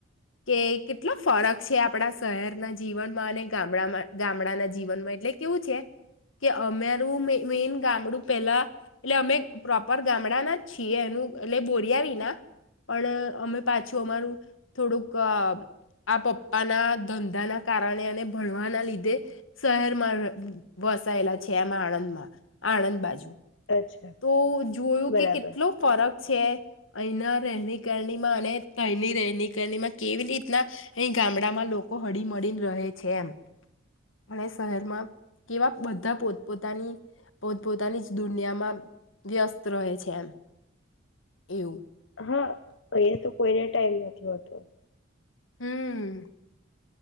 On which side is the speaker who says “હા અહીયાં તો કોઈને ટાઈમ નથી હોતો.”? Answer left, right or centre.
Left